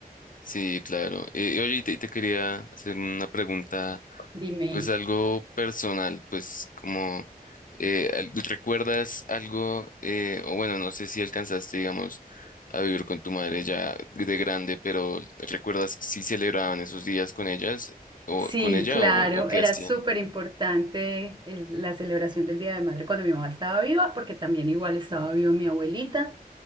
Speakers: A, on the left; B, on the right.
A: sí, claro. Eh, y oye, y te, y te quería hacer una pregunta,
B: Dime,
A: pues algo personal, pues como, eh, al- ¿recuerdas algo, eh, o bueno, no sé si alcanzaste, digamos, a vivir con tu madre ya de grande, pero ¿recuerdas si celebraban esos días con ellas, o
B: Sí,
A: con ella,
B: claro,
A: o, o qué
B: era
A: hacían?
B: súper importante el- la celebración del Día de Madre cuando mi mamá estaba viva, porque también igual estaba viva mi abuelita.